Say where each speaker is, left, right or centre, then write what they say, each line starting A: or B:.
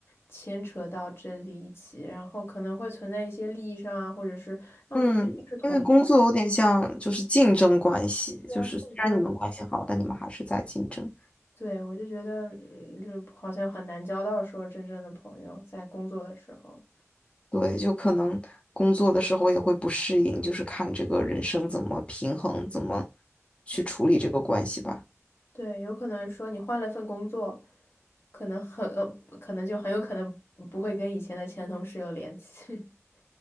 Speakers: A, on the left; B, on the left.
A: 牵扯到这里一起，然后可能会存在一些利益上啊，或者是，那我觉得毕竟是同事
B: 嗯，因为工作有点像就是竞争关系，
A: 啊，
B: 就是虽然你们关系好，
A: 竞争，
B: 但你们还是在竞争。
A: 对，我就觉得，嗯，就好像很难交到说真正的朋友，在工作的时候，
B: 对，就可能工作的时候也会不适应，就是看这个人生怎么平衡，怎么去处理这个关系吧。
A: 对，有可能说你换了份工作，可能很，呃可能就很有可能不会跟以前的前同事有联系。<laughs>